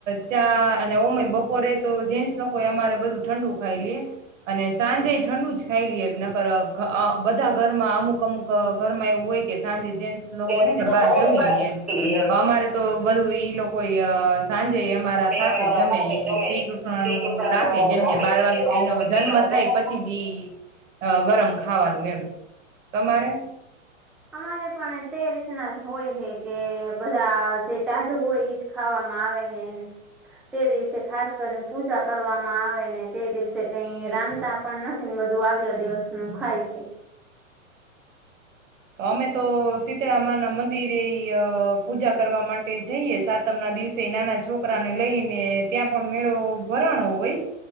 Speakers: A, on the right (about 70°); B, in the centre.
A: ચા અને ઓમય બપોરે તો જેન્ટસ લોકો અમારે બધું ઠંડુ ખાઈ લએ અને સાંજે ઠંડુ જ ખાઈ લેએ નકર બધા ઘરમાં અમુક અમુક ઘરમાં એવું હોય કે સાંજે જેન્ટ્સ લોકો
B: ગેસ
A: હે ને બહાર
B: હોય
A: જમીલિયે એમ
B: ને
A: અમારે તો બધું ઈ લોકો એ સાંજે એમ મારા સાથે
B: અમારા
A: જમે
B: સાથે
A: ઈ
B: જમે
A: શ્રી કૃષ્ણ નુ રાખે જેમ
B: રાખે
A: કે બાર વાગે એનો જન્મ થાય પછી જ ઈ અ ગરમ ખાવાનું એમ તમારે
B: અમારે પણ તે રીતના જ હોય છે કે બધા જે ટાઢુ હોય એજ ખાવામાં આવે છે તે દિવસે ખાસ કરીને પૂજા કરવામાં આવે ને તે દિવસે કઈ રાંધતા પણ નથી ને બધું આગલા દિવસનું ખાય છે
A: અમે તો શીતળામા ના મંદિરે પૂજા કરવા માટે જઈએ સાતમ ના દિવસે નાના છોકરાને લઈને ત્યાં પણ મેળો ભરાણો હોય